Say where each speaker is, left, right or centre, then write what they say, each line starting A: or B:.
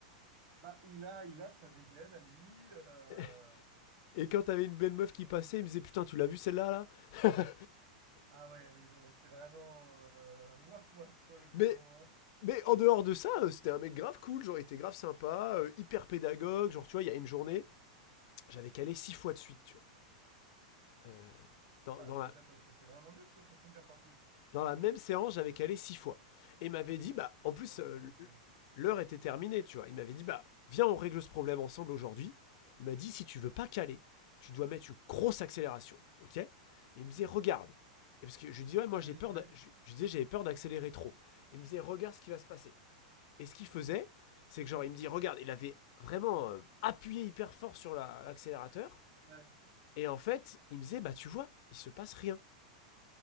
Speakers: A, on the right; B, on the left.
A: Bah, il a, il a sa dégaine à lui. euh,
B: <laughs> Et quand t'avais une belle meuf qui passait, il me disait Putain, tu l'as vu celle-là, là <laughs>
A: Ah ouais, oui, non, mais c'est vraiment. euh, Waf waf, quoi, le frérot,
B: Mais.
A: hein.
B: Mais en dehors de ça, euh, c'était un mec grave cool, genre il était grave sympa, euh, hyper pédagogue, genre tu vois, il y a une journée, j'avais calé six fois de suite, tu vois. Euh, dans,
A: Ah,
B: dans
A: mais
B: la,
A: attends, t'étais vraiment nul, toi, pour conduire, par contre.
B: dans la même séance, j'avais calé six fois. Et il m'avait dit, bah, en plus,
A: Ah, t'es
B: euh,
A: un vieux.
B: l'heure était terminée, tu vois. Il m'avait dit, bah, viens, on règle ce problème ensemble aujourd'hui. Il m'a dit, si tu veux pas caler, tu dois mettre une grosse accélération, ok Et il me disait, regarde. Et parce que je lui disais, ouais, moi,
A: Oui,
B: j'ai peur,
A: oui.
B: d'a- je, je disais, j'avais peur d'accélérer trop. Il me disait, regarde ce qui va se passer. Et ce qu'il faisait, c'est que genre, il me dit, regarde, il avait vraiment euh, appuyé hyper fort sur la- l'accélérateur.
A: Ouais.
B: Et en fait, il me disait, bah tu vois, il se passe rien.